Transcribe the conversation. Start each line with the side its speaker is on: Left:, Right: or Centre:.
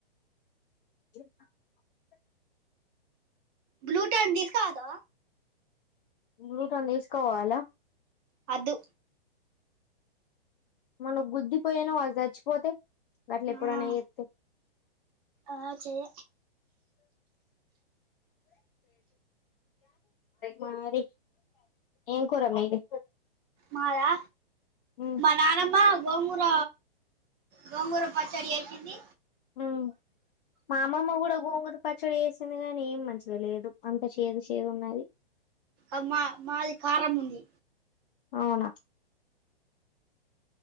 Left: <inaudible>
Right: బ్లూటన్ తీసుక పోతావా
Left: బుల్లెటన్ తీసుక పోవాలా
Right: వద్దు
Left: మనం గుద్దిపోయాను వాళు చచ్చిపోతే గట్ల ఎప్పుడన్నా
Right: ఆ
Left: చేత్తే
Right: ఆ చెయ
Left: మరి ఏం కూర మీది
Right: మాదా
Left: హు
Right: మా నానమ్మ గోంగూర గోంగూర పచ్చడి చేసింది
Left: హు మా అమ్మమ్మ కూడా గోంగూర పచ్చడిచేసింది వచ్చింది కానీ ఏం మంచిగ లేదు అంత చేదు చేదు ఉన్నది
Right: అమ్మ మాది కారం ఉంది
Left: అవునా